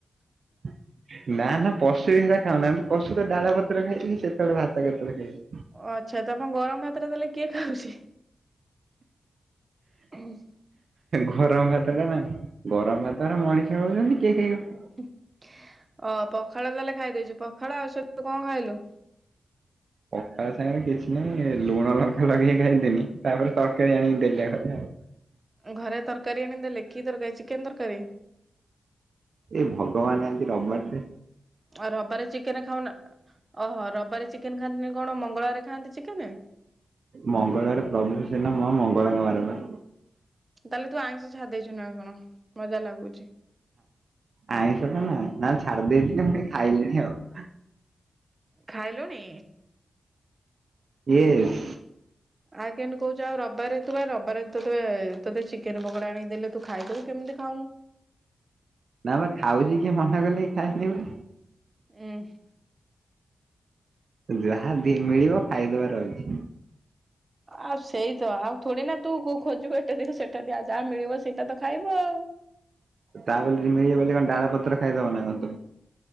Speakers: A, on the right (about 65°); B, on the right (about 30°).
A: ଏହେ ନା ନା ପଶୁ ବି ସେରା ଖାଉନାହାନ୍ତି ପଶୁତ ଡାଳ ପତ୍ର ଖାଇଲି ସେତେବେଳେ ଭାତ କେତେବେଳେ ଖାଇବ।
B: ଓ ଆଚ୍ଛା ତମ ଗରମ ଭାତଟା ତାଲେ କିଏ ଖାଉଚି? <unintelligible>
A: ଗରମ ଭାତଟା ନା ଗରମ ଭାତରା ମଣିଷ ଖାଉଚନ୍ତି। କିଏ ଖାଇବ?
B: ହୁଁ ଅ ପଖାଳ ତାଲେ ଖାଇଦେଇଚ? ପଖାଳ ଆଉ ସଇତ କଣ ଖାଇଲୁ?
A: ପଖାଳ ସାଙ୍ଗରେ କିଛି ନାଇଁ ଲୁଣ ଲଙ୍କା ଲଗେଇକି ଖାଇ ଦେଲି। ତା ପରେ ତରକାରୀ ଆଣିକି ଦେଲେ ଘରେ ଆଉ।
B: ଘରେ ତରକାରୀ ଆଣିଦେଲେ। କି ତରକାରୀ, ଚିକେନ ତରକାରୀ?
A: ହେ ଭଗବାନ ଏମତି ରବବାରେ।
B: ଆଉ ରବାରାରେ ଚିକେନ ଖାଉନା। ଓହୋ ରବିବାର ଚିକେନ ଖାଆନ୍ତିନି କଣ ମଙ୍ଗଳବାରେ ଖାଆନ୍ତି ଚିକେନ?
A: ମଙ୍ଗଳବାର ପ୍ରଭୁ ସେନା ମା ମଙ୍ଗଳାଙ୍କ ବାର ବା।
B: ତାହେଲେ ତୁ ଆଇଁଷି ଛାଡି ଦେଇଛୁ ନା କଣ ମତେ ଯାହା ଲାଗୁଛିି।
A: ଆଇଁଷ ଟା ନା ନା ଛାଡି ଦେଇଥିଲି ମୁଇ ଖାଇଲିଣି ଆଉ।
B: ଖାଇଲୁଣି?
A: ଇଏସ।
B: ଆଉ କେମତି କହୁଛୁ ଆଉ ରବିବାରେ ତୁ ରବିବାରେ ତୁ ତୋତେ ଚିକେନ ପକୋଡା ଆଣିଦେଲେ ତୁ ଖାଇଦବୁ କେମିତି ଖାଉନୁ?
A: ନା ବା ଖାଉଛି କିଏ ମନେ କଲେ ଖାଏନି ବୋଲି।
B: ହୁଁ।
A: ଯାହା ମିଳିବ ଖାଇଦବାର ଅଛି।
B: ଆଉ ସେଇ ତ ଆଉ ଥୋଡିନା ତୁ କୋଉ ଖୋଜିବୁ ଏଟା ଦିଅ ସେଟା ଦିଅ। ଯାହା ମିଳିବ ସେଇଟା ତ ଖାଇବୁ ଆଉ।
A: ତା ବୋଲି ମିଳିବ ବୋଲି କଣ ଡାଳ ପତ୍ର ଖାଇଦବ ନା କ ତ।